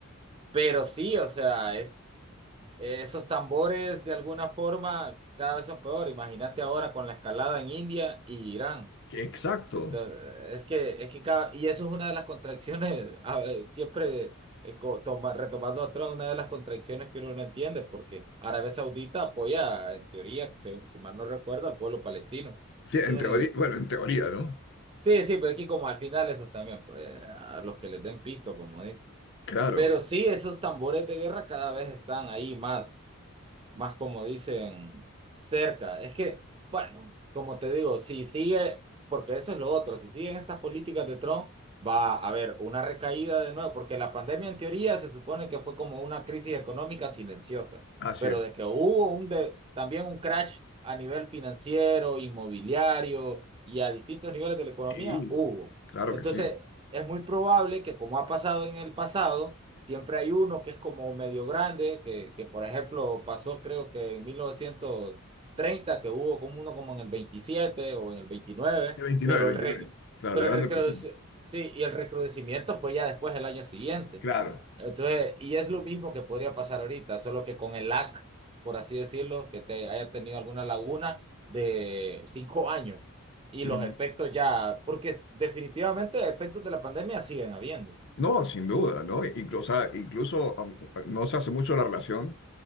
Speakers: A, on the right; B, on the left.
A: Pero sí, o sea, es, eh, esos tambores de alguna forma cada vez son peor. Imagínate ahora con la escalada en India y Irán.
B: Exacto.
A: Entonces, es que, es que cada- y eso es una de las contracciones, <laughs> a ver, siempre eh, co- toma- retomando a Trump, una de las contracciones que uno no entiende, porque Arabia Saudita apoya, en teoría, según- si mal no recuerdo, al pueblo palestino.
B: Sí, en
A: Entonces,
B: teoría, bueno, en teoría, ¿no?
A: sí, sí, pero es que como al final esos también, pues, a los que les den pisto, como dicen.
B: Claro,
A: Pero sí, esos tambores de guerra cada vez están ahí más más como dicen, cerca. Es que, bueno, como te digo, si sigue, porque eso es lo otro, si siguen estas políticas de Trump, va a haber una recaída de nuevo, porque la pandemia en teoría se supone que fue como una crisis económica silenciosa,
B: así
A: pero
B: es.
A: de que hubo un de, también un crash a nivel financiero, inmobiliario y a distintos niveles de la economía,
B: Sí.
A: hubo.
B: Claro
A: Entonces,
B: que sí.
A: es muy probable que como ha pasado en el pasado, Siempre hay uno que es como medio grande, que, que por ejemplo pasó creo que en mil novecientos treinta que hubo como uno como en el 27 o en el veintinueve
B: El veintinueve
A: pero
B: el 29.
A: el, re-
B: Claro,
A: pero
B: la Gran
A: el, recrudece-
B: Depresión.
A: sí, y el recrudecimiento fue ya después el año siguiente.
B: Claro.
A: Entonces, y es lo mismo que podría pasar ahorita, solo que con el LAC, por así decirlo, que te haya tenido alguna laguna de cinco años y
B: Ujú.
A: los efectos ya, porque definitivamente efectos de la pandemia siguen habiendo.
B: No, sin duda, ¿no? Inclu- o sea, Incluso, aun- no se hace mucho la relación,